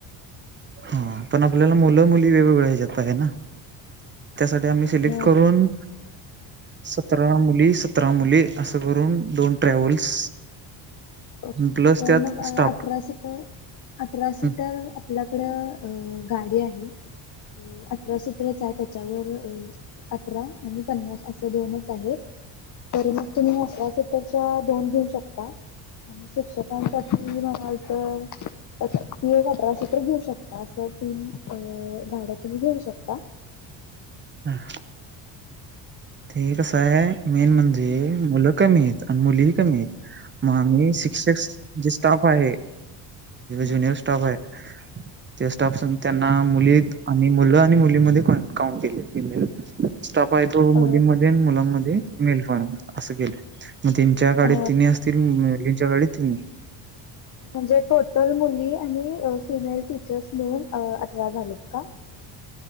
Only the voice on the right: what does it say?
हां कारण पण आपल्याला मुलं मुली वेगवेगळ्या ह्याच्यात पाहिजे ना? त्यासाठी आम्ही सिलेक्ट
करून सतरा मुली सतरा मुले असं करून, दोन ट्रॅव्हल्स
प्लस
त्यात
स्टाफ
हं,
हं. ते कसं ये मेन म्हणजे मुलं कमी येत आणि मुलीही कमी येत. मग मी शिक्षक जे स्टाफ आहे,
जुनियर स्टाफ आहे. ते स्टाप संग त्यांना मुलीत आणि मुलं आणि मुलीमध्ये कॉय -काउंट केले. फिमेल स्टाप आहे तो,
मुलींमध्ये आणि मुलांमध्ये मेलपण ये असं केलंय. मग तीनच्या गाडीत
तिन्ही असतील, मुलींच्या गाडीत तिन्ही.